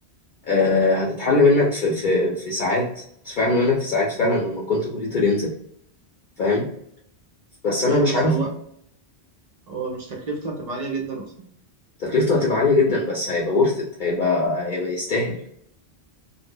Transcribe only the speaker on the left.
آه، هتتحل منك في في في ساعات تتفعل منك في ساعات فعلا لما الكوانتم كمبيوتر ينزل فاهم بس انا
مش
عارف
تكلفته هتبقى عالية جدا بس هيبقى worth it هيبقى هيبقى يستاهل